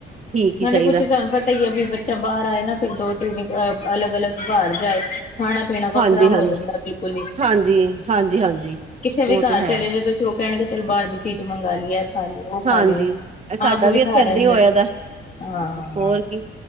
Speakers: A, on the right (about 35°); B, on the left (about 40°).
A: ਠੀਕ ਹੀ
B: ਹਾਂ
A: ਚਾਹੀਦਾ
B: ਹੇ ਕੁਛ ਤੁਹਾਨੂੰ ਪਤਾ ਹੀ ਆ ਵੀ ਬੱਚਾ ਬਾਹਰ ਆਏ ਨਾ ਫਿਰ ਦੋ ਤਿੰਨ ਅਲਗ-ਅਲਗ ਘਰ ਜਾਏ। ਖਾਣਾ ਪੀਣਾ ਵੱਖਰਾ
A: ਹਾਂਜੀ
B: ਹੋ
A: ਹਾਂਜੀ
B: ਜਾਂਦਾ ਬਿਲਕੁਲ ਹੀ।
A: ਹਾਂਜੀ ਹਾਂਜੀ ਹਾਂਜੀ
B: ਕਿਸੇ ਵੀ
A: ਉਹ
B: ਘਰ
A: ਤੇ ਹੈ
B: ਚਲੇ ਜਾ ਤੁਸੀਂ ਉਹ ਕਹਿਣਗੇ ਚਲੋ ਬਾਹਰ ਦੀ ਚੀਜ਼ ਮੰਗਵਾ ਲਈਏ। ਹਾਂ ਖਾ ਲਈ, ਉਹ
A: ਹਾਂਜੀ
B: ਖਾ ਲਈ,
A: ਸਾਡਾ
B: ਆਪ ਵੀ
A: ਇੱਥੇ
B: ਹਾਂ ਖਾ
A: ਏਦਾਂ
B: ਲੈਂਦੇ
A: ਹੀ ਹੋਇਆ ਦਾ
B: ਹਾਂ।
A: ਹੋਰ ਕੀ